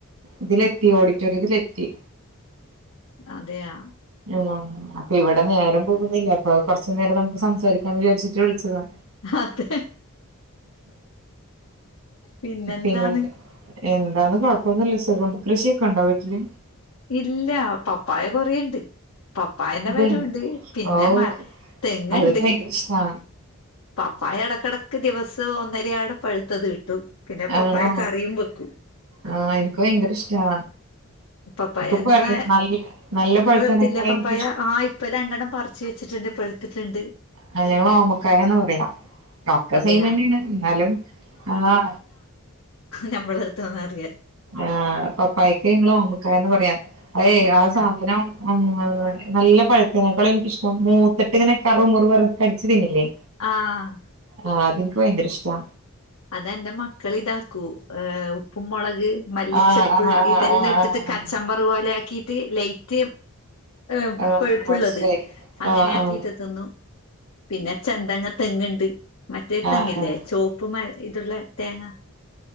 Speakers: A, on the right; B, on the left.
A: ഇതിലെത്തി ഓഡിറ്റോറിയത്തിലെത്തി
B: അതെയാ
A: ആഹ് അപ്പൊ ഇവിടെ നേരം പോകുന്നില്ല അപ്പൊ കൊറച്ചു നേരം നമുക്ക് സംസാരിക്കാന്ന് വിചാരിച്ചിട്ട് വിളിച്ചതാ
B: അതെ പിന്നെന്താന്ന്
A: പിന്നെന്താ. എന്താന്ന് കുഴപ്പൊന്നൂല്ല സുഖം കൃഷിയൊക്കെ ഉണ്ടോ വീട്ടില്.
B: ഇല്ല പപ്പായ കൊറേണ്ട്. പപ്പായന്റെ
A: അതെ
B: മരൂണ്ട് പിന്നെ
A: ഓഹ്
B: മ തെങ്ങ്
A: അതൊക്കെ
B: ണ്ട്.
A: ഭയങ്കര ഇഷ്ടാ
B: പപ്പായ എടക്കിടക്ക് ദിവസവും ഒന്നരയാട പഴുത്തത് കിട്ടും പിന്നെ പപ്പായ
A: ആണോ
B: കറിയും വെക്കു
A: ആഹ് എനിക്ക് ഭയങ്കര ഇഷ്ടാ
B: പപ്പായ
A: ഇപ്പൊ പ
B: നിങ്ങളെ
A: നല്ല നല്ല
B: നിങ്ങളട്ത്തില്ലെ
A: പഴുത്തതിനേക്കാൾ
B: പപ്പായ?
A: എനിക്കിഷ്
B: ആഹ് ഇപ്പ രണ്ടെണ്ണം പറിച്ച് വെച്ചിട്ട്ണ്ട്. പഴ്‌ ത്ത്ട്ട്ണ്ട്.
A: ആഹ് ഞങ്ങൾ ഓമക്കായാന്നാ പറയാ. ഒക്കെ
B: അതെയ
A: സെയിമെന്നേണ്. ഇന്നാലും ആഹ്
B: ഞമ്മളെട്ത്തുംന്നറിയ
A: ആഹ് പപ്പായക്ക് ഞങ്ങള് ഓമക്കായാന്നാ പറയാ. അതേയ്
B: അതെയാ
A: ആ സാധനം ആഹ് നല്ല പഴുത്തേനേക്കാളും എനിക്കിഷ്ടം മൂത്തിട്ട് ഇങ്ങനെ കറു മുറു പർണ് കടിച്ചു തിന്നില്ലേ
B: ആഹ്
A: ആഹ് അതിൻക്ക് ഭയങ്കര ഇഷ്ടാ.
B: അതെന്റെ മക്കൾ ഇതാക്കൂ ഏഹ് ഉപ്പും മുളക് മല്ലിച്ചെപ്പ്
A: ആഹ് ആഹ്
B: ഇതെല്ലാം
A: ആഹ്
B: ഇട്ടിട്ട്
A: ആഹ് ആഹ്
B: കച്ചമ്പർ പോലെ ആക്കിട്ട് ലൈറ്റ് ഏഹ്
A: ആഹ് ആഹ്
B: പുഴുപ്പുള്ളത്
A: മനസ്സിലായി
B: അങ്ങനെ
A: ആഹ്
B: ആക്കീട്ട്
A: ആഹ്
B: തിന്നു. പിന്നെ ചെന്തങ് തെങ്ങ് ണ്ട്. മറ്റേ തെങ്ങില്ലേ
A: ആഹ് ആഹ് ആഹ്
B: ചുവപ്പ് മര ഇത് ള്ള തേങ്ങ,